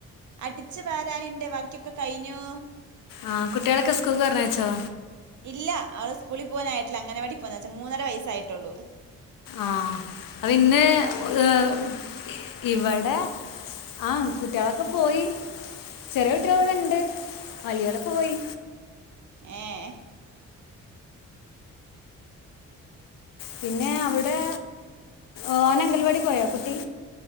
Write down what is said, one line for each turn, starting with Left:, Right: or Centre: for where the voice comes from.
Right: അടിച്ച് വാരാനിണ്ട് ബാക്കിയൊക്കെ കഴിഞ്ഞൂ
Left: ആഹ് കുട്ടികളെക്കെ സ്കൂൾക്ക്‌ പറഞ്ഞയച്ചോ
Right: ഇല്ല അവള് സ്കൂളി പോകാനായിട്ടില്ല അങ്ങനവാടി പോന്ന കൊച്ചാ മൂന്നര വയസ്സായിട്ടൊള്ളൂ
Left: ആഹ് അപ്പ്ന്ന് ഏഹ് ഇവിടെ ആഹ് കുട്ടികളൊക്കെ പോയി ചെറിയ കുട്ടികളിവിട്ണ്ട് വലിയോരോക്കെ പോയി
Right: ഏഹ്
Left: പിന്നേ അവിടേ ഓനങ്കൽവാടി പോയോ കുട്ടി